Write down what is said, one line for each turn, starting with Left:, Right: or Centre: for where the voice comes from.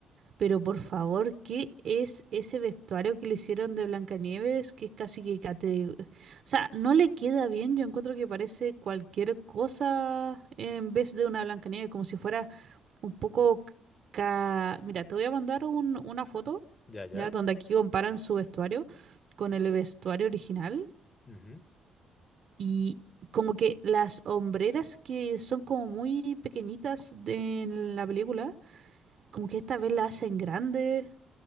Right: Pero por favor, ¿qué es ese vestuario que le hicieron de Blancanieves? Que es casi que cate... O sea, no le queda bien. Yo encuentro que parece cualquier cosa en vez de una Blancanieves, como si fuera un poco... ca- Mira, te voy a mandar un- una foto,
Left: Ya, ya.
Right: ¿ya? Donde aquí comparan su vestuario con el vestuario original.
Left: ujú.
Right: Y como que las hombreras que son como muy pequeñitas de- en la película, como que esta vez la hacen grande.